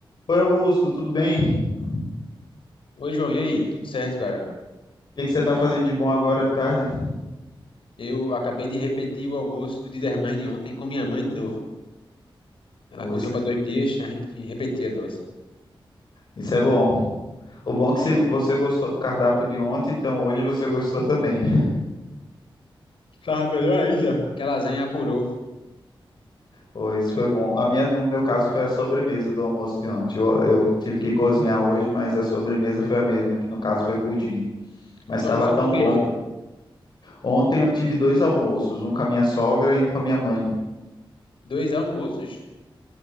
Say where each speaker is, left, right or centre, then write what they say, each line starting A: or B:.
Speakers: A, on the left; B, on the left.
A: Oi, Augusto, tudo bem? O
B: Oi, João, e aí? Tudo certo, cara?
A: que que você está fazendo de bom agora de tarde?
B: Eu acabei de repetir o almoço do Dia das Mães de ontem com minha mãe de novo. Ela
A: Ô,
B: cozinhou
A: isso, é-
B: para dois dias, a gente repetia a dose.
A: isso é bom. O bom é que se você gostou do cardápio de ontem, então hoje você gostou também.
B: Tava melhor ainda. Que a lasanha apurou.
A: Ô, isso foi bom. A minha, no meu caso, foi a sobremesa do almoço de ontem. Eu, eu tive que cozinhar hoje, mas a sobremesa foi a mesma, que no caso foi pudim. Mas
B: Tu
A: estava
B: almoçou
A: tão
B: com quem
A: bom.
B: ontem?
A: Ontem eu tive dois almoços, um com a minha sogra e um com a minha mãe.
B: Dois almoços?